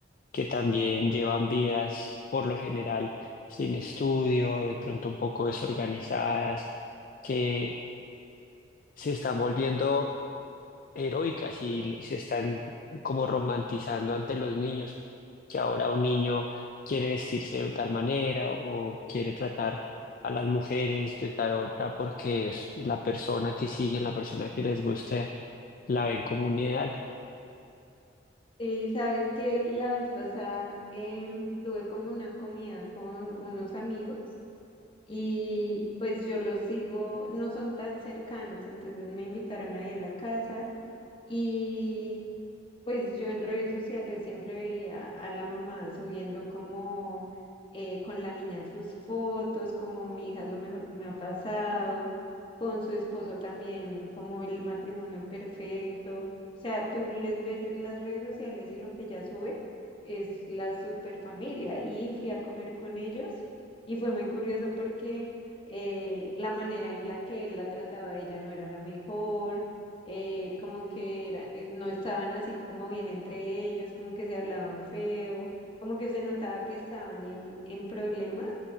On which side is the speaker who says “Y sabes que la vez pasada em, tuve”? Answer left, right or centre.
Left